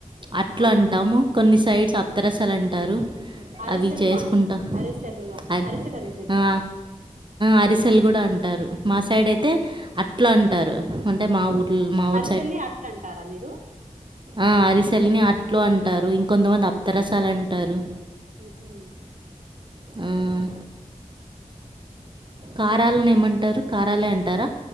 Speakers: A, on the right; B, on the right.
A: అట్లా
B: ఆ
A: అంటాము కొన్ని సైడ్స్ అతరసాలు అంటారు
B: అరిసెలు
A: అవి చేసుకుంటా
B: అన్ అరిసెలు
A: అరి
B: అరిసెలు అని తెలుసా
A: ఆ
B: ఆ
A: అరిసెలు కూడా అం ంటారు మా సైడ్ అయితే
B: ఆ
A: అట్లు అంటారు అంటే మా ఊ మా ఊ
B: సేల్ని అట్ల అంటారా మీరు
A: ఆ అరిసెల్ని అట్లు అంటారు ఇంకొంతమంది అప్తరసాలు అంటారు
B: ఉహు
A: ఉమ్ కారాలని ఏమంటారు కారాలే అంటారా